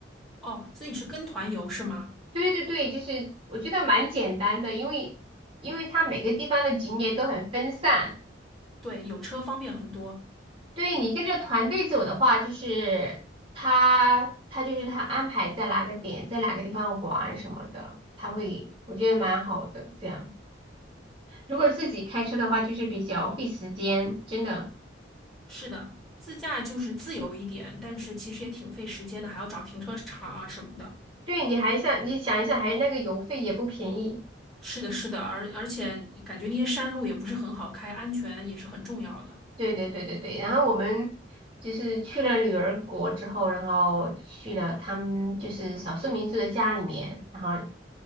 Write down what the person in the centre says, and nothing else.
哦，所以你是跟团游是吗？
对，有车方便很多。
是的，自驾就是自由一点，但是其实也挺费时间的，还要找停车场啊什么的。
是的，是的，而而且感觉那些山路也不是很好开，安全也是很重要的。